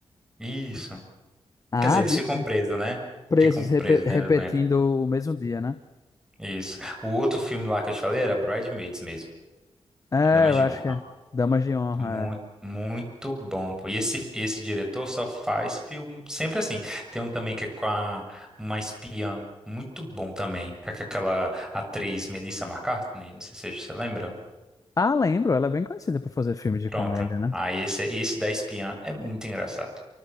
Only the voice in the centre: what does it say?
Isso.
Quer dizer, eles
ficam presos, né?
Ficam
presos dentro
do
Isso. O outro filme lá que eu te falei era Bridesmaids mesmo,
Damas
de
Honra.
Muito,
muito bom, pô. E esse, e esse diretor só faz filme sempre assim. Tem um também que é com a, uma espiã, muito bom também, com aqu- aquela atriz Melissa McCartney, não sei se você lembra.
Pronto.
Ah, esse, esse da espiã é muito engraçado.